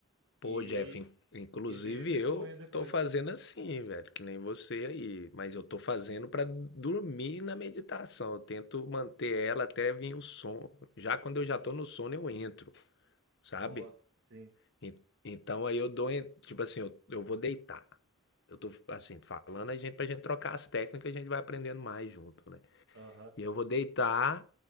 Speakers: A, on the left; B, on the right.
A: pô,
B: E,
A: Jeff, in- inclusive
B: E veio esse
A: eu
B: sonho depois.
A: tô fazendo assim, velho, que nem você aí, mas eu tô fazendo pra dormir na meditação. Eu tento manter ela até vir o sono. Já quando eu já tô no sono, eu entro, sabe?
B: Boa, sim.
A: En- Então aí eu dou, en- tipo assim, eu, eu vou deitar. Eu tô assim, falando a gente pra gente trocar as técnicas, a gente vai aprendendo mais junto, né?
B: Aham.
A: E eu vou deitar